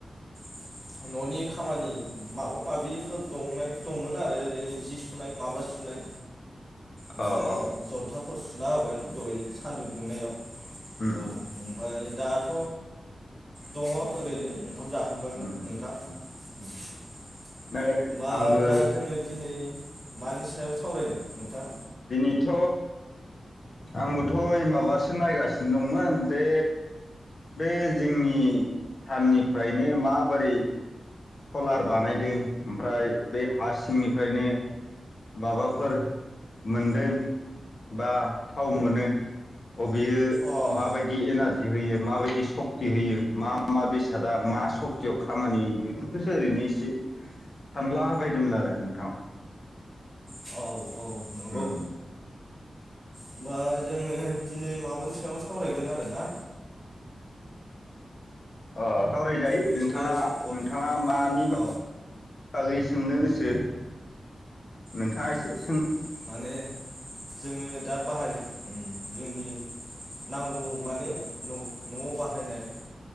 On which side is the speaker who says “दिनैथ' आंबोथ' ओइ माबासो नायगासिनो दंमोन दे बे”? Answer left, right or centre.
Left